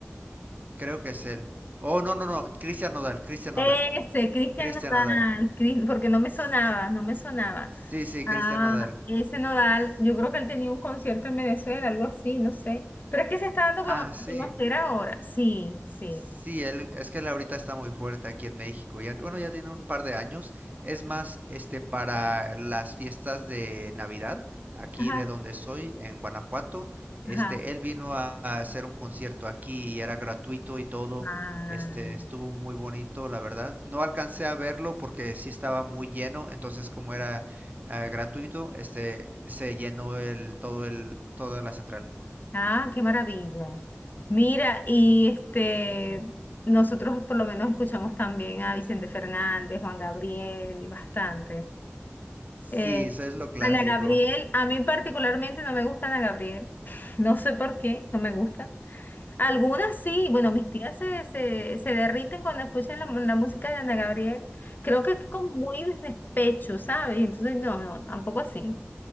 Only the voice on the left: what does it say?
Ese,
Cristian
Nodal,
Cris- porque no me
sonaba, no me sonaba.
Ah,
ese Nodal,
yo creo que él tenía un concierto en Venezuela, algo así, no sé. Pero es que se está dando
a cono-
a conocer ahora. Sí, sí.
Ajá,
ajá.
Ah,
ah, qué maravilla. Mira, y este, nosotros por lo menos escuchamos también a Vicente Fernández, Juan Gabriel, bastante.
Eh,
Ana Gabriel, a mí particularmente no me gusta Ana Gabriel. <laughs> No sé por qué, no me gusta. Algunas sí, bueno, mis tías se, se, se derriten cuando escuchan la, mu- la música de Ana Gabriel. Creo que es como muy de despecho, ¿sabes? Entonces, no, no, tampoco así.